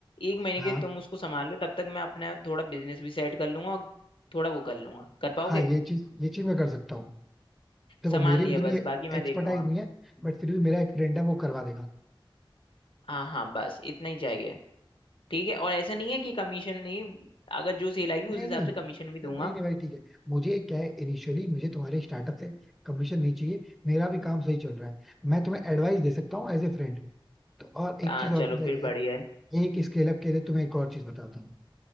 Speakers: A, on the left; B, in the centre.
A: एक महीने
B: हाँ
A: के लिए तुम उसको संभाल लो तब तक मैं अपना थोड़ा बिजनेस भी सेट कर लूंगा और थोड़ा वो कर लूंगा कर पाओगे
B: हाँ ये चीज ये चीज मैं कर सकता हूँ देखो
A: संभाल
B: मेरी
A: लिए
B: उतनी
A: बस बाकी मैं
B: एक्सपर्टाइज
A: देख लूंगा
B: नहीं है बट फिर भी मेरा एक फ्रेंड है वो करवा देगा
A: हाँ हाँ बस इतना ही चाहिए ठीक है और ऐसा नहीं है कि कमीशन नहीं अगर जो सेल आएगी उस
B: नहीं
A: हिसाब
B: नहीं
A: से कमीशन भी दूंगा
B: नहीं नहीं भाई ठीक है मुझे क्या है इनिशियली मुझे तुम्हारे स्टार्टअप से कमीशन नहीं चाहिए मेरा भी काम सही चल रहा है मैं तुम्हें एडवाइस दे सकता हूँ एज ए फ्रेंड तो और एक
A: हाँ
B: चीज और
A: चलो
B: पता है
A: फिर
B: क्या
A: बढ़िया
B: है
A: है
B: एक स्केल अप के लिए तुम्हें एक और चीज बताता हूँ